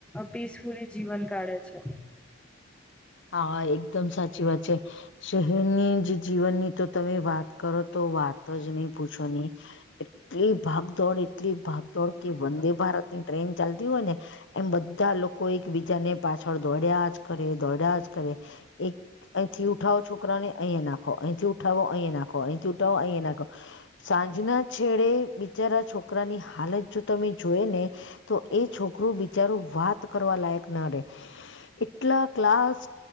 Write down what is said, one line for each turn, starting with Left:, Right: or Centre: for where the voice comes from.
Centre: પીસફુલી જીવન કાઢે છે
Left: હા એકદમ સાચી વાત છે શહેરની જે જીવનની તો તમે વાત કરો તો વાત જ નહી પૂછો નની એટલી ભાગદોડ એટલી ભાગદોડ કે વંદે ભારતની ટ્રેન ચાલતી હોય ને એમ બધા લોકો એકબીજા ને પાછળ દોડ્યા જ કરે દોડ્યા જ કરે એક અંથી ઉઠો છોકરા ને અહીં નાખો અંથી ઉઠાો અહીં નાખ અંથી ઉઠાો અહીં નાખો સાંજના છેડે બિચારા છોકરાની હાલત જો તમે જોય ને તો એ છોકરું બિચારું વાત કરવા લાયક ના રે એટલા ક્લાસ.